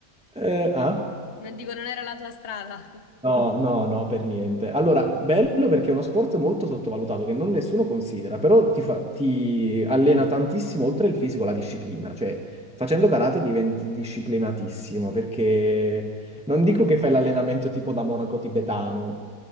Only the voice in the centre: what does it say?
Eh, ah?
No, no, no, per niente. Allora, bello perché è uno sport molto sottovalutato che non nessuno considera, però ti fa- ti allena tantissimo oltre il fisico la disciplina, cioè facendo karate diventi disciplinatissimo perché non dico che fai l'allenamento tipo da monaco tibetano,